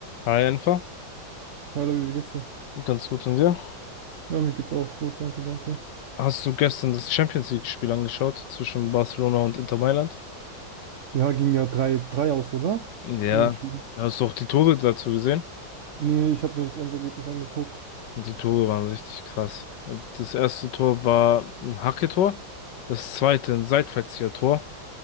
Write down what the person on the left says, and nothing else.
Hi, einfach.
Ganz gut von dir.
Hast du gestern das Champions League-Spiel angeschaut zwischen Barcelona und Inter Mailand?
Ja.
Hast du auch die Tore dazu gesehen?
Und Die Tore waren richtig krass. Das erste Tor war ein Hacke-Tor, das zweite ein Seitfallzieher-Tor.